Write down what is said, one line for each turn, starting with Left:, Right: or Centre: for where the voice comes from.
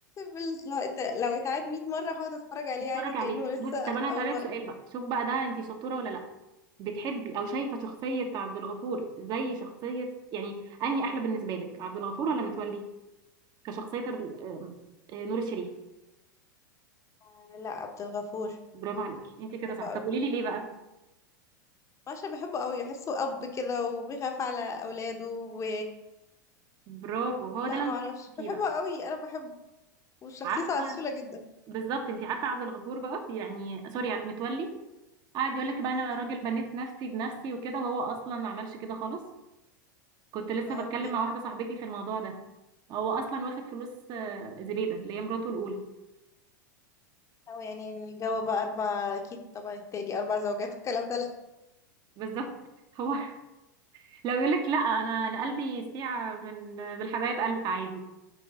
Left: بال- لو لو اتعاد 100 مرة هقعد اتفرج عليه
Right: بتفرج
Left: عادي كأنه
Right: عليك
Left: لسه
Right: بص طب أنا
Left: أول
Right: هسألك
Left: مرة
Right: سؤال بقى شوف بقى ده أنتي شطورة ولا لأ بتحبي أو شايفة شخصية عبد الغفور زي شخصية يعني أنهي أحلى بالنسبة لك عبد الغفور ولا متولي كشخصية ال- آم، آه، نور الشريف
Left: آه، لا عبد الغفور
Right: برافو عليكي انتي كده
Left: بحبه
Right: صح
Left: قوي
Right: طب قولي لي ليه بقى
Left: عشان بحبه قوي بحسه أب كده وبيخاف على أولاده و
Right: برافو هو
Left: لا
Right: ده اللي
Left: ما
Right: أنا
Left: اعرفش
Right: بتكلم فيه
Left: بحبه
Right: بقى
Left: قوي أنا بحبه وشخصيته
Right: عارفه
Left: عسولة جدا
Right: بالظبط انت عارفه عبد الغفور بقى يعني سوري متولي قاعد يقول لك بقى
Left: مم.
Right: انا راجل بنيت نفسي بنفسي وكده وهو اصلا ما عملش كده خالص كنت لسه
Left: آه،
Right: بتكلم
Left: اوكي
Right: مع واحده صاحبتي في الموضوع ده هو اصلا واخد فلوس آه، زبيده اللي هي مراته الاولى
Left: أو يعني الجو بقى أربع أكيد طبعا التاني أربع زوجات والكلام ده لا
Right: بالظبط هو <laughs> لو يقول لك لا انا انا قلبي يسيع من بالحبايب الف عادي